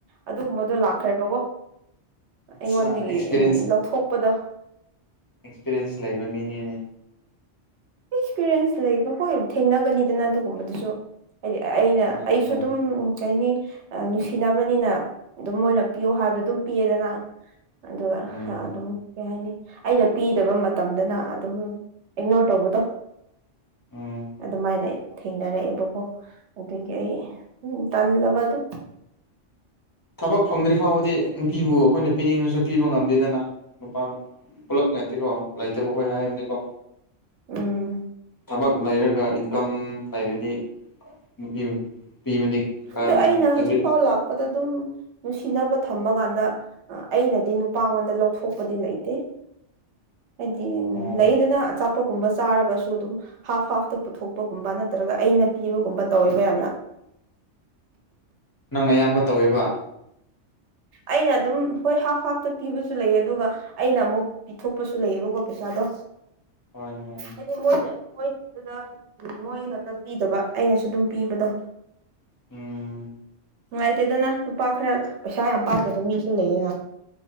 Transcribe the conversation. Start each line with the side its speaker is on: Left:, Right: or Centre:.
Right: ꯑꯗꯨꯒꯨꯝꯕꯗꯣ ꯂꯥꯛꯈ꯭ꯔꯦꯕꯀꯣ
Left: ꯑꯦꯛꯁꯄꯤꯔꯤꯌꯦꯟꯁ
Right: ꯑꯩꯉꯣꯟꯗꯒꯤ ꯎꯝ ꯂꯧꯊꯣꯛꯄꯗ
Left: ꯑꯦꯛꯁꯄꯤꯔꯤꯌꯦꯟꯁ ꯂꯩꯕ ꯃꯤꯅꯤꯅꯦ
Right: ꯑꯦꯛꯁꯄꯤꯔꯤꯌꯦꯟꯁ ꯂꯩꯕ ꯍꫭꯏ ꯊꯦꯡꯅꯒꯅꯤꯗꯅ ꯑꯗꯨꯒꯨꯝꯕꯗꯨꯁꯨ ꯍꯥꯏꯗꯤ ꯑꯩꯅ
Left: ꯃꯥꯅꯦ
Right: ꯑꯩꯁꯨ
Left: ꯃꯥꯅꯦ
Right: ꯑꯗꯨꯝ ꯀꯩꯅꯤ ꯅꯨꯡꯁꯤꯅꯕꯅꯤꯅ ꯑꯗꯨꯝ ꯃꯣꯏꯅ ꯄꯤꯌꯨ ꯍꯥꯏꯕꯗꯣ ꯑꯗꯨꯝ ꯄꯤꯌꯦꯗꯅ ꯑꯗꯨꯒ
Left: ꯎꯝ
Right: ꯑꯗꯨꯝ ꯀꯩ ꯍꯥꯏꯅꯤ ꯑꯩꯅ ꯄꯤꯗꯕ ꯃꯇꯝꯗꯅ ꯑꯗꯨꯝ ꯏꯛꯅꯣꯔ ꯇꯧꯕꯗꯣ
Left: ꯎꯝ
Right: ꯑꯗꯨꯃꯥꯏꯅ ꯊꯦꯡꯅꯔꯛꯑꯦꯕꯀꯣ ꯑꯗꯨꯗꯒꯤ ꯑꯩ ꯎꯝ ꯇꯜꯂꯕꯗꯣ
Left: ꯊꯕꯛ ꯐꯪꯗ꯭ꯔꯤ ꯐꯥꯎꯕꯗꯤ ꯅꯨꯄꯤꯕꯨ ꯑꯩꯈꯣꯏꯅ ꯄꯤꯅꯤꯡꯉꯁꯨ ꯄꯤꯕ ꯉꯝꯗꯦꯗꯅ ꯅꯨꯄꯥ ꯄꯨꯂꯞ ꯅꯠꯇꯦꯀꯣ ꯂꯩꯇꯕ ꯑꯈꯣꯏ ꯍꯥꯏꯕꯅꯤꯀꯣ
Right: ꯎꯝ
Left: ꯊꯕꯛ ꯂꯩꯔꯒ ꯏꯟꯀꯝ ꯂꯩꯔꯗꯤ ꯅꯨꯄꯤ ꯄꯤꯕꯗꯤ ꯀꯥꯏꯗꯦꯗ
Right: ꯑꯗꯣ ꯑꯩꯅ
Left: ꯑꯦꯕ꯭ꯔꯤ
Right: ꯍꯧꯖꯤꯛꯐꯥꯎ ꯂꯥꯛꯄꯗ ꯑꯗꯨꯝ ꯅꯨꯡꯁꯤꯅꯕ ꯊꯝꯕ ꯀꯥꯟꯗ ꯑꯩꯅꯗꯤ ꯅꯨꯄꯥꯉꯣꯟꯗ ꯂꯧꯊꯣꯛꯄꯗꯤ ꯂꯩꯇꯦ ꯍꯥꯏꯗꯤ
Left: ꯑꯣ
Right: ꯂꯩꯗꯅ ꯑꯆꯥꯄꫭꯠ ꯒꯨꯝꯕ ꯆꯥꯔꯒꯁꯨ ꯑꯗꯨꯝ ꯍꯥꯞ ꯍꯥꯞꯇ ꯄꯨꯊꯣꯛꯄꯒꯨꯝꯕ ꯅꯠꯇ꯭ꯔꯒ ꯑꯩꯅ ꯄꯤꯕꯒꯨꯝꯕ ꯇꯧꯋꯦꯕ ꯌꯥꯝꯅ
Left: ꯅꯪꯅ ꯑꯌꯥꯝꯕ ꯇꯧꯋꯦꯕ
Right: ꯑꯩꯅ ꯑꯗꯨꯝ ꯍꯣꯏ ꯍꯥꯞ ꯍꯥꯞꯇ ꯄꯤꯕꯁꯨ ꯂꯩ ꯑꯗꯨꯒ ꯑꯩꯅ ꯑꯃꯨꯛ ꯄꯤꯊꯣꯛꯄꯁꯨ ꯂꯩꯌꯦꯕꯀꯣ ꯄꯩꯁꯥꯗꯣ
Left: ꯍꯣꯏ ꯍꯣꯏ
Right: ꯍꯥꯏꯗꯤ ꯃꯣꯏꯅ ꯃꯣꯏꯠꯇꯨꯗ ꯃꯣꯏ ꯉꯛꯇꯄꯤꯗꯕ ꯑꯩꯅꯁꯨ ꯑꯗꯨꯝ ꯄꯤꯕꯗꯣ
Left: ꯎꯝ
Right: ꯅꯨꯡꯉꯥꯏꯇꯦꯗꯅ ꯅꯨꯄꯥ ꯈꯔ ꯄꯩꯁꯥ ꯌꯥꯝ ꯄꯥꯏꯗꯕ ꯃꯤꯁꯨ ꯂꯩꯌꯦꯅ